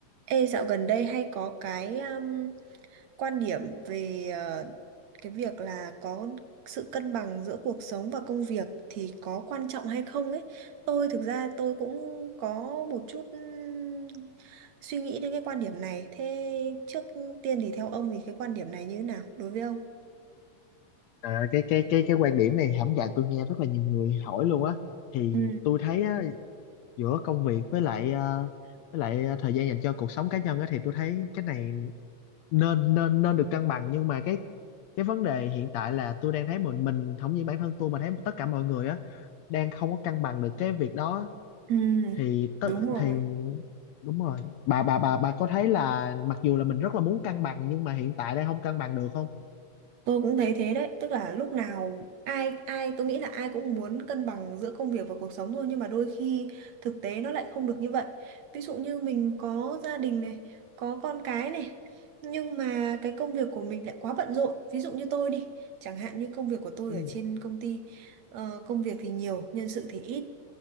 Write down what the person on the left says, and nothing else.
Trời ơi, cái cái cái cái quan điểm này hổng dạy tôi nghe rất là nhiều người hỏi luôn á thì
tôi thấy á, giữa công việc với lại ờ, với lại ờ, thời gian dành cho cuộc sống cá nhân á thì tôi thấy cái này nên nên nên được cân bằng nhưng mà cái cái vấn đề hiện tại là tôi đang thấy mình mình không những bản thân tôi mà thấy tất cả mọi người á đang không có cân bằng được cái việc đó
thì tớ-
thì đúng rồi bà bà bà bà có thấy là mặc dù là mình rất là muốn cân bằng nhưng mà hiện tại đang không cân bằng được không
ừ.